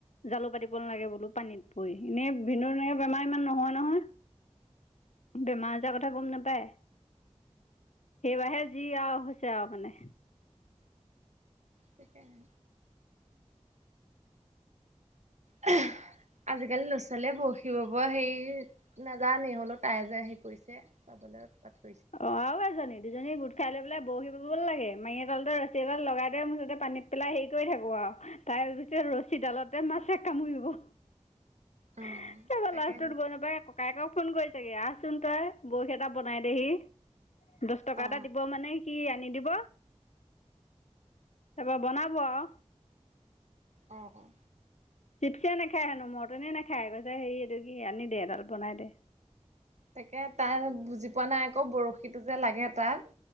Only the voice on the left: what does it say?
জালু পাতিব নালাগে বোলো লো পানীত পৰি এনে ভিনিয়ৰ তেনেকে বেমাৰ ইমান নহয় নহয়। বেমাৰ আজাৰ কথা গম নাপায়? সেইবাৰে যি আৰু হৈছে আৰু মানে।
অ', আৰু এজনী দুজনীয়ে গোট খাই লৈ পেলাই বৰশী বাব লাগে মাৰি এডালতে ৰছী এডাল লগাই দে মই মুঠতে পানীত পেলাই হেৰি কৰি থাকো আৰু ত তাই গোতে ৰছীডালতে মাছে কামুৰিব।
তাৰপাছত
লাষ্টত গৈ নাপায় ককায়েকক ফোন কৰি চাগে আহচোন তই। বৰশী এটা বনাই দেহি। দহ টকা
এটা দিব মানে সি আনি দিব। তাৰপৰা বনাব আৰু
চিপচে নাখায় হেনো মটনে নাখায় কৈছে হেৰি এইটো কি আনি দে এডাল বনাই দে।